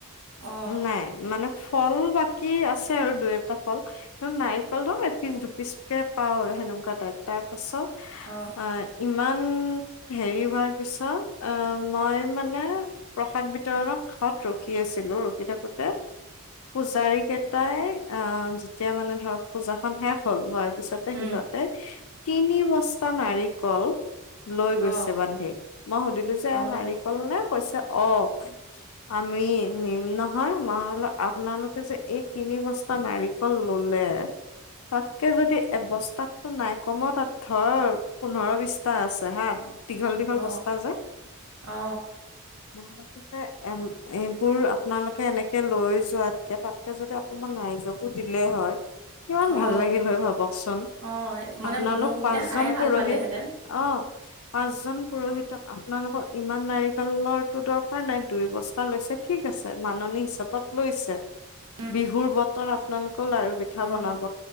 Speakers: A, on the right; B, on the left.
A: অ
B: নাই মানে ফল বাকী আছে আৰু দুই এটা ফল নাৰিকলটো একপিচ দুপিচকে পাও আৰু সেনেকুৱা টাইত তাৰ পাছত
A: অঁ
B: অ ইমান হেৰি হোৱাৰ পিছত আ মই মানে প্ৰসাদ বিতৰণৰ কাষত ৰখি আছিলো ৰখি থাকোতে পূজাৰী কেইটাই আ যেতিয়া মানে ধৰক পূজাখন শেষ হ'ল হোৱাৰ পিছতে সিহঁতে
A: উম
B: তিনি বস্তা নাৰিকল লৈ গৈছে
A: অ
B: বান্ধি মই সুধিলো যে
A: অ
B: নাৰিক হ'ল নে কৈছে অ আমি নিম নহয় মই ভাবিলো আপোনালোকে যে এই তিনি বস্তা নাৰিকল ল'লে তাতকে যদি এবস্তাত নাই কমঔ তাত ধৰ পোন্ধৰ বিশটা আছে হা দীঘল দীঘল
A: অ
B: বস্তা যে
A: অ
B: মই কৈছো যে এ এইবোৰ আপোনালোকে এনেকে লৈ যোৱাতকে তাতকে যদি আপ অকণমান ৰাইজকো দিলে হয় কিমান ভাল
A: অ
B: লাগিল হয় ভাবকচোন
A: অ মানে
B: আপোনালোক
A: বুট মগুকেইটা
B: পাঁচজন
A: খায়ে ভাল
B: পুৰোহিত
A: পালেহেঁতেন
B: অ পাঁচজন পুৰোহিত আম আপোনালোকৰ ইমান নাৰিকলৰটো দৰকাৰ নাই দুই বস্তা লৈছে ঠিক আছে মাননী হিচাপত- লৈছে,
A: উম
B: বিহুৰ বতৰত- আপোনালোকৰ লাৰু পিঠা
A: অ
B: বনাব,